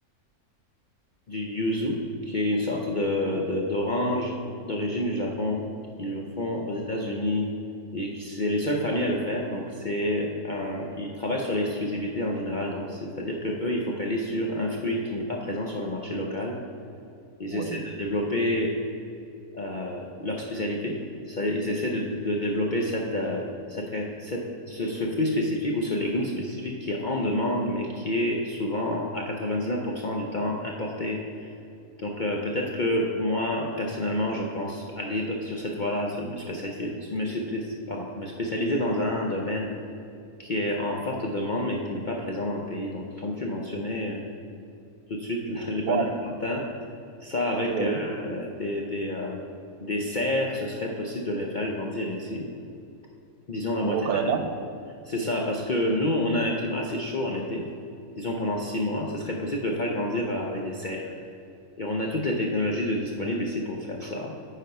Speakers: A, on the left (about 55°); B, on the right (about 85°).
A: du yuzu, qui est une sorte de, de- d'orange d'origine du Japon, qu'ils le font aux États-Unis et qui c'est les seules familles à le faire. Donc c'est un- ils travaillent sur l'exclusivité en général. Donc c'est- c'est-à-dire que eux, ils focalisent sur un fruit qui n'est pas présent sur le marché local. Ils
B: Oui.
A: essaient de développer euh, leur spécialité. Ça, ils essaient de, de développer cette, euh, cette, cette- ce, ce fruit spécifique ou ce légume spécifique qui est en demande, mais qui est souvent à 99% du temps importé. Donc, euh, peut-être que moi, personnellement, je pense aller de- sur cette voie-là, se- me spécialiser, me, spé- pardon, me spécialiser dans un domaine qui est en forte demande, mais qui n'est pas présent dans le pays. Donc, comme tu mentionnais, euh, tout de suite. <laughs> Les
B: Bon.
A: bananes plantains, ça avec
B: Oui.
A: euh, des, des, euh, des serres, ce serait possible de les faire grandir ici. Disons
B: Au
A: la moitié.
B: Canada?
A: de l'année. C'est ça, parce que nous, on a un climat assez chaud en été. Disons pendant six mois, ce serait possible de le faire grandir euh, avec des serres. Et on a toutes les technologies de disponibles ici pour faire ça.